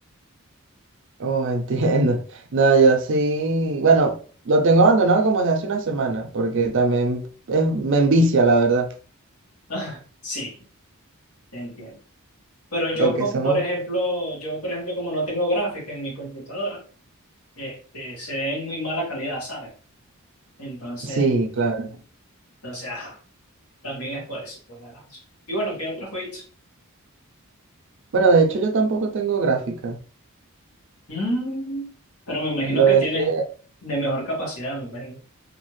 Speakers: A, on the right; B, on the left.
A: Oh, <laughs> entiendo. No, yo sí, bueno, lo tengo abandonado como desde hace una semana, porque también es- me envicia, la verdad,
B: Ah, sí, te entiendo. Pero yo,
A: lo que
B: con-
A: son
B: por
A: los...
B: ejemplo, yo, por ejemplo, como no tengo gráfica en mi computadora, este, se ve en muy mala calidad, ¿sabes? Entonces,
A: Sí, claro.
B: entonces, También es por eso, por la danza. Y bueno, ¿qué otros jueguitos?
A: Bueno, de hecho yo tampoco tengo gráfica.
B: Mm, pero me imagino
A: Lo
B: que
A: dejé...
B: tienes de mejor capacidad, me imagino.